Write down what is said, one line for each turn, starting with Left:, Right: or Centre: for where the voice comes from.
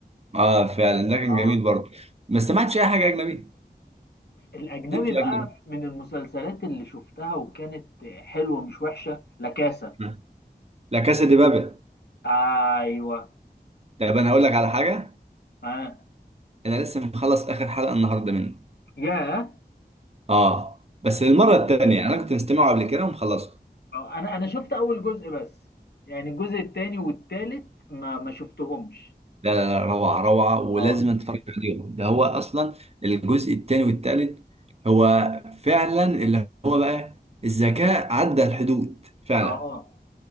Right: اه فعلا ده كان
Left: اه
Right: جميل برضه ما استمعتش اي حاجه اجنبي
Left: الاجنبي
Right: ليك في الاجنبي
Left: بقى من المسلسلات اللي شفتها وكانت حلوه مش وحشه لكاسة
Right: آه. لا كاسا دي بابل
Left: ايوه
Right: طب انا هقول لك على حاجه
Left: اه
Right: انا لسه مخلص اخر حلقه النهارده منه
Left: ياه
Right: اه بس للمره الثانيه انا كنت مستمعه قبل كده ومخلصه
Left: آه، انا انا شفت اول جزء بس يعني الجزء التاني والتالت ما ما شفتهمش
Right: لا لا لا روعه روعه ولازم
Left: اه
Right: اتفرج عليهم ده هو اصلا الجزء الثاني والثالث هو فعلا اللي هو بقى الذكاء عدى الحدود فعلا
Left: اه